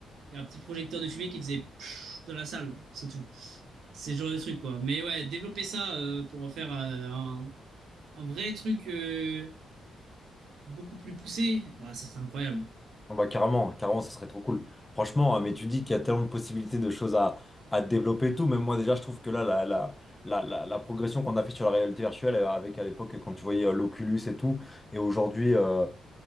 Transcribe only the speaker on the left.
Ah Bah, carrément, carrément, ça serait trop cool. Franchement, euh, mais tu dis qu'il y a tellement de possibilités de choses à, à développer et tout. Même moi, déjà, je trouve que là, la, la, la, la, la progression qu'on a fait sur la réalité virtuelle, euh, avec à l'époque, quand tu voyais euh, l'Oculus et tout, et aujourd'hui, euh,